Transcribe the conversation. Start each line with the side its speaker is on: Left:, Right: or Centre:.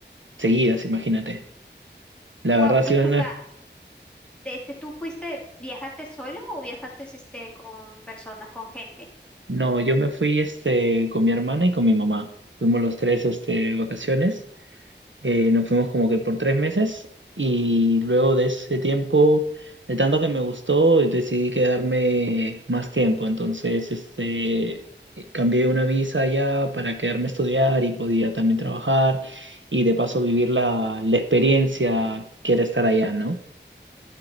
Right: seguidas, imagínate. La
Centre: Guau,
Right: verdad, sí,
Centre: disculpa,
Right: <laughs> no,
Centre: este, ¿tú fuiste, viajaste solo o viajaste este, con personas, con gente?
Right: No, yo me fui este, con mi hermana y con mi mamá. Fuimos los tres este, vacaciones. Eh, nos fuimos como que por tres meses y luego de ese tiempo, de tanto que me gustó, decidí quedarme más tiempo. Entonces, este, cambié una visa ya para quedarme a estudiar y podía también trabajar y de paso vivir la, la experiencia que era estar allá, ¿no?